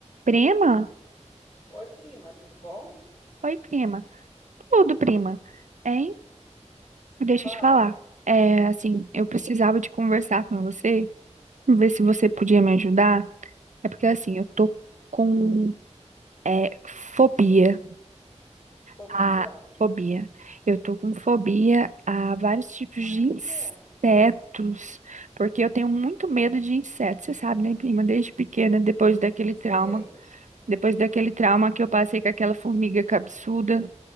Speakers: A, on the right; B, on the left.
A: Prima?
B: Oi, prima, tudo bom?
A: Oi, prima. Tudo, prima. Hein? Deixa
B: Fala.
A: eu te falar. É, assim, eu precisava de conversar com você, ver se você podia me ajudar. É porque, assim, eu tô com é, fobia.
B: Fobia?
A: A fobia. Eu tô com fobia a vários tipos
B: Mas
A: de insetos.
B: de quê?
A: Porque eu tenho muito medo de insetos, você sabe, né, prima? Desde pequena, depois daquele trauma.
B: Sei,
A: Depois daquele trauma que eu passei com aquela formiga cabeçuda.